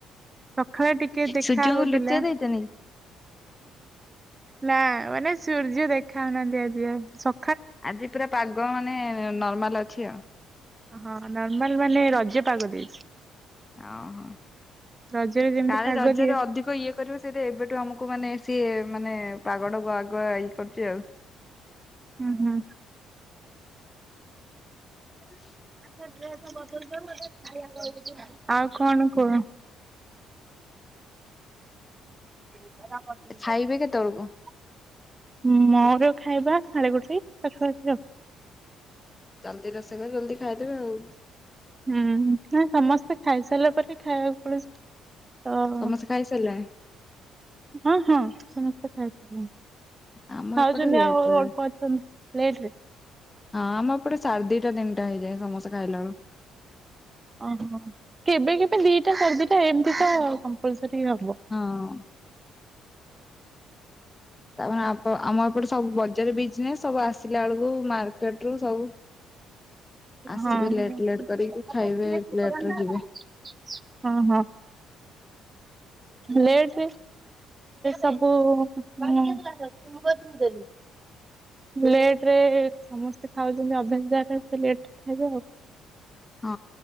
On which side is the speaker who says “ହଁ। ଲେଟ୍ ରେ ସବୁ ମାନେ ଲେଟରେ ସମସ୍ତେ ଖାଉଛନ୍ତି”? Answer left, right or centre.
Right